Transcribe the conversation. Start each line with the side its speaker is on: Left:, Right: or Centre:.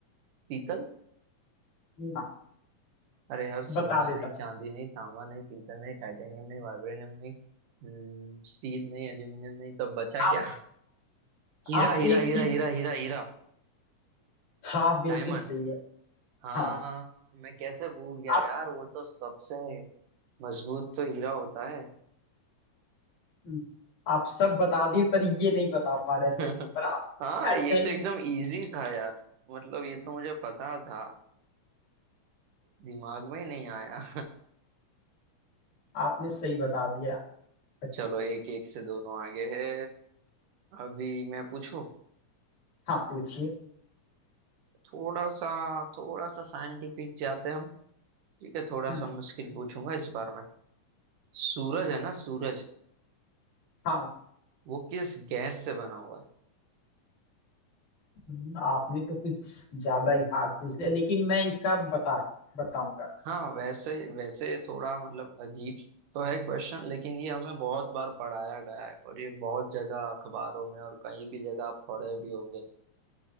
Right: पीतल
Left: ना
Right: अरे यार सोना
Left: बता देता
Right: नहीं चांदी नहीं तांबा नहीं पीतल नहीं टाइटेनियम नहीं वाइब्रेनियम नहीं हम्म, स्टील नहीं एल्यूमिनियम नहीं तो
Left: हूँ
Right: बचा क्या
Left: आप
Right: <laughs> हीरा
Left: आप
Right: हीरा
Left: एक
Right: हीरा
Left: चीज
Right: हीरा हीरा हीरा
Left: हाँ बिल्कुल
Right: डायमंड
Left: सही है
Right: हाँ
Left: हाँ
Right: मैं कैसे भूल गया
Left: आप
Right: यार वो तो सबसे मजबूत तो हीरा होता है
Left: हम्म, आप सब बता दिए पर ये नहीं बता
Right: <laughs>
Left: पा रहे थे पर आप
Right: हाँ
Left: एट
Right: ये
Left: द एंड
Right: तो एकदम इजी था यार मतलब ये तो मुझे पता था दिमाग में ही नहीं आया
Left: आपने सही बता दिया
Right: <laughs>
Left: बट-
Right: चलो एक एक से दोनों आगे है अभी मैं पूछूं
Left: हाँ पूछिए
Right: थोड़ा सा थोड़ा सा साइंटिफिक जाते हैं हम ठीक है थोड़ा
Left: हम्म,
Right: सा मुश्किल पूछूंगा इस बार में सूरज है ना सूरज
Left: हाँ
Right: वो किस गैस से बना हुआ है
Left: हम्म, आपने तो कुछ ज्यादा ही हार्ड पूछ लिया लेकिन मैं इसका बता बताऊंगा
Right: हाँ वैसे वैसे थोड़ा मतलब अजीब तो है क्वेश्चन लेकिन ये हमें बहुत बार पढ़ाया गया है और ये बहुत जगह अखबारों में और कहीं भी जगह आप पढ़े भी होंगे